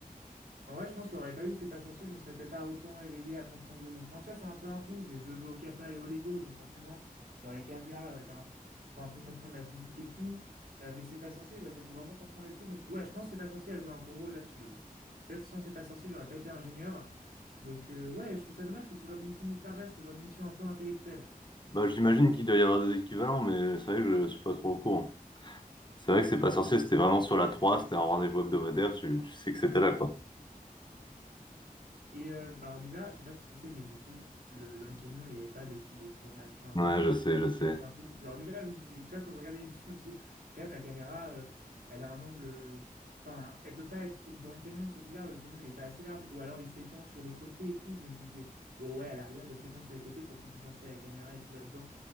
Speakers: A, on the right (about 80°); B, on the left (about 30°).
A: En vrai, je pense qu'il n'y aurait pas eu ces pas sorciers, je me serais peut-être pas autant éveillé à comprendre le monde. Enfin, tu vois, c'est un peu un tout. C'est je joue au Capla et au Lego, donc forcément, genre les Capla, euh, t'as un- faut un peu comprendre la physique et tout. Euh, mais c'est pas sorcier, ouais, ça fait vraiment comprendre les trucs. Donc ouais, je pense que c'est pas sorcier a joué un gros rôle là-dessus. hein. Peut-être sans c'est pas sorcier, j'aurais pas été ingénieur. Donc euh, ouais, je trouve ça dommage que ce genre d'émission disparaisse, ce genre d'émission un peu intellectuelle,
B: Bah, j'imagine
A: tu vois.
B: qu'il doit y avoir des équivalents, mais c'est vrai que je suis pas trop au courant. C'est vrai que c'est pas sorcier, c'était vraiment sur la 3, c'était un rendez-vous hebdomadaire, tu, tu sais que c'était là, quoi.
A: Et euh, bah, alors déjà, je sais pas si tu sais, mais du coup, le, dans le camion, il n'y avait pas de studio de tournage. Enfin,
B: Ouais, je sais, je sais.
A: Là, j'étais un peu déçu. Alors déjà, je me disais, déjà, quand je regardais l'émission, je me suis dit, quand même, la caméra, euh, elle a un angle... euh, Enfin, elle peut pas être dans le camion, c'est bizarre, le camion, il est pas assez large. Ou alors, il s'étend sur les côtés et tout. Je me disais, bon, ouais, à l'arrière, il doit s'étendre sur les côtés pour qu'il puisse installer la caméra et tout là-dedans.